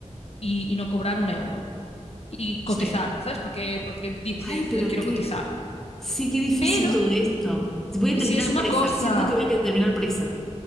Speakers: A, on the left (about 55°); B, in the centre.
A: y, y no cobrar un euro y
B: sí.
A: cotizar, ¿sabes? Porque, porque dices,
B: Ay, pero
A: eh, quiero
B: qué,
A: cotizar.
B: sí, qué difícil
A: Pero
B: todo esto. Voy a terminar
A: si es una
B: presa,
A: cosa,
B: siento que voy a que- terminar presa.